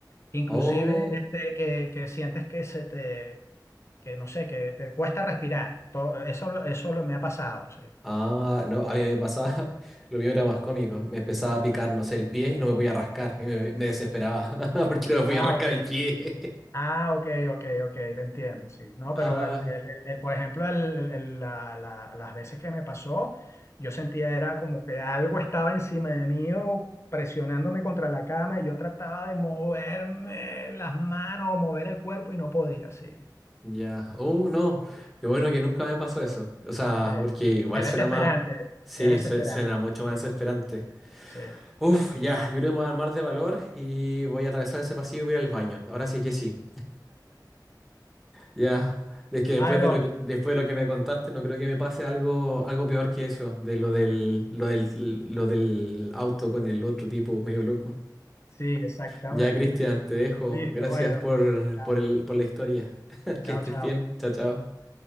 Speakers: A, on the left; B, in the centre.
A: Inclusive
B: Oh,
A: este, que, que sientes que se te, que no sé, que te cuesta respirar. Todo, eso, lo- eso lo, me ha pasado, sí.
B: ah, no, a mí me pasaba, <laughs> lo mío era más cómico. Me empezaba a picar, no sé, el pie y no me podía rascar. Y me, me desesperaba <laughs> porque no me podía
A: Ah,
B: rascar
A: ok.
B: el pie.
A: Ah, ok, ok, ok, te entiendo, sí. No, pero
B: Ah,
A: el, el- el- el- por ejemplo, el- el- el- la- la- las veces que me pasó, yo sentía era como que algo estaba encima de mí o presionándome contra la cama y yo trataba de moverme las manos o mover el cuerpo y no podía, sí.
B: ya. Oh, no. Qué bueno que nunca me pasó eso. O sea,
A: Eh,
B: porque igual
A: es
B: suena
A: desesperante,
B: más. Sí,
A: es desesperante,
B: sue- suena mucho más desesperante.
A: sí.
B: Uf, ya. Yo creo que me voy a armar de valor y voy a atravesar ese pasillo y voy a ir al baño. Ahora sí que sí. Ya. Es que después
A: Byron,
B: de lo que, después de lo que me contaste, no creo que me pase algo, algo peor que eso, de lo del, lo del, lo del auto con el otro tipo medio loco.
A: sí, exactamente,
B: Ya, Cristian,
A: sí.
B: te dejo.
A: Listo,
B: Gracias
A: Byron.
B: por,
A: Chao,
B: por el, por la historia. <laughs> Que
A: chao,
B: estés
A: chao.
B: bien. Chao, chao.